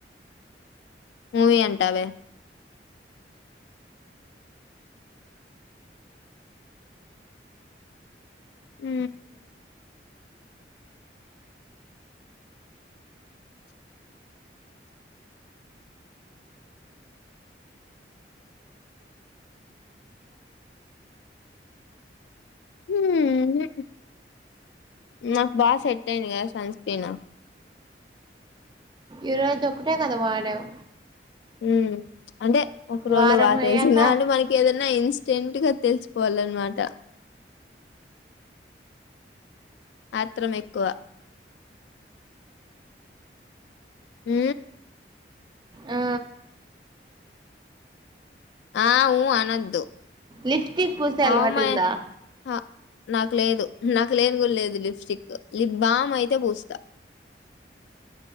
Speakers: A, on the left; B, on the right.
A: వమూవీ అంటవే ఉ ఉ హు నాక్ బాగా సెట్ అయింది కదా సన్ స్క్రీన్
B: ఈ రోజు ఒక్కటే కదా వాడవ్
A: ఉ అంటే ఒక రోజులో
B: వారం
A: బాగా తెలిసిందా
B: అయ్యాక
A: అంటే మనకి ఏదన్నా ఇన్స్ టెంట్ గా తెలిసిపోవాలన్నమాట ఆత్రం ఎక్కవ ఊ
B: ఆ,
A: ఆ ఊ అనద్దు
B: లిప్టిక్ పూసే
A: హౌ
B: అలవాటుందా
A: మై హ- నాకు లేదు నాకు లేను కూడా లేదు లిప్స్టిక్కు లిప్ బామ్ అయితే పూస్తా.